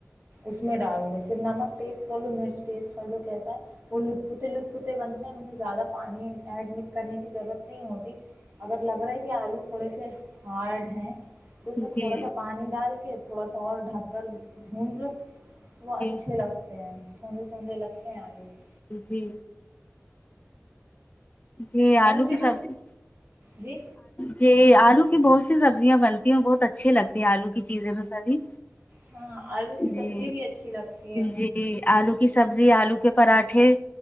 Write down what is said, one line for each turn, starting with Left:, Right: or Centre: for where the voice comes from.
Right: اس میں ڈال دو پھر نمک ٹیسٹ کر لو مرچ ٹیسٹ کر لو کیسا ہے وہ لطت پوتے لت پوتے بنتے ہیں نہیں زیادہ پانی ایڈ کرنے کی ضرورت نہیں ہوتی اگر لگ رہا ہے کہ آلو سے تھوڑے سے ہارڈ ہیں تو اس میں
Left: جی
Right: تھوڑا سا پانی ڈال کے تھوڑا سا اور ڈھک کر گھونڈ لو وہ اچھے
Left: جی
Right: لگتے ہیں سوندے سوندے لگتے ہیں آلوگ
Left: جی جی آلو
Right: کے
Left: کی
Right: تو
Left: سبزی
Right: جی
Left: جی آلو کی بہت سبزیاں بنتی ہیں اور بہت اچھی لگتی ہیں آلو کی چیزیں تو سبھی
Right: ہاں آلو کی سبزی
Left: جی
Right: بھی اچھی لگتی ہے
Left: جی آلو کی سبزی آلو کے پراھے